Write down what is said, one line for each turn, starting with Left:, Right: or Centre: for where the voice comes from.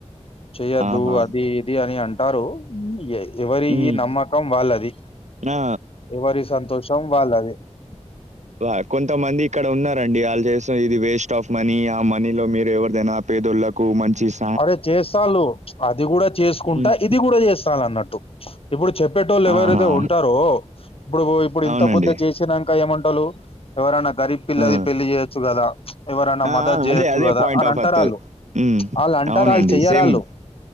Left: చెయొద్దు
Right: ఆహా
Left: అది ఇది అని అంటారు ఎ ఎవరి
Right: ఉమ్
Left: నమ్మకం వాళ్ళది,
Right: ఆ
Left: ఎవరి సంతోషం వాళ్ళది. <unintelligible>
Right: దా కొంతమంది ఇక్కడ ఉన్నరండి ఆళ్ళు చేస్త ఇది వేస్ట్ ఆఫ్ మనీ, ఆ మనీలో మీరు ఎవరిదైనా పేదోళ్ళ కో మంచిస్
Left: అరే జేస్తాల్లు అది గుడా చేసుకుంటా
Right: ఉమ్
Left: ఇది గూడ చేస్తాళ్ళు అన్నట్టు. ఇప్పుడు చెప్పేటోళ్లు ఎవరైతే
Right: ఆహా
Left: ఉంటరో, ఇప్పుడు ఇప్పుడు ఇంత
Right: అవునండి
Left: పెద్ద చేసినం కా ఏమంటరు ఎవరైన్న గరీబ్ పిల్లది
Right: ఆ
Left: పెళ్లి చేయొచ్చు కదా, ప్చ్ ఎవరన్నా
Right: ఆ!
Left: మదతు
Right: ఆ!
Left: చేయచ్చు
Right: అదే. అదే
Left: కదా
Right: పాయింట్
Left: అని
Right: ఆఫ్
Left: అంటరాళ్ళు.
Right: అత్తది. హ్మ్.
Left: ఆళ్ళు అంటరు
Right: అవునండి.
Left: ఆళ్ళు చెయ్యరు
Right: సేమ్.
Left: ఆళ్ళు,